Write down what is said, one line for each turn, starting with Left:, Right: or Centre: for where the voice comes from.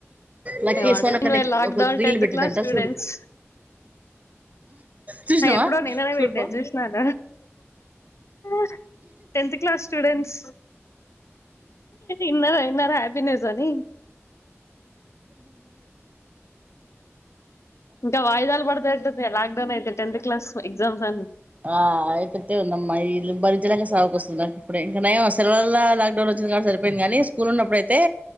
Right: లక్కీ
Left: వాడు
Right: సోనక్క ని
Left: లాక్డౌన్
Right: ఒక రీల్
Left: టెన్త్
Right: పెట్టిందంట
Left: క్లాస్ స్టూడెంట్స్
Right: చూడు చూసినావా
Left: ఆ ఎప్పుడో నిన్ననే
Right: చూడుపో
Left: పెట్న చూసినార లేదు టెన్త్ క్లాస్ స్టూడెంట్స్ ఇన్నర ఇన్నర హ్యాపీనెస్ ని ఇంక వాయిదాలు పడతెదెట్టుంది లాక్డౌన్ అయితే టెన్త్ క్లాస్ వి ఎగ్జామ్స్ అన్ని
Right: ఆ అయ్యెతట్టే ఉందమ్మా ఇల్లు బరించలేక సావకొస్తున్నా ఇప్పుడె ఇంకా నయము సెలవల్లా లాక్డౌన్ వొచ్చింది గాబట్టి సరిపేంది గానీ స్కూల్ ఉన్నప్పుడై తే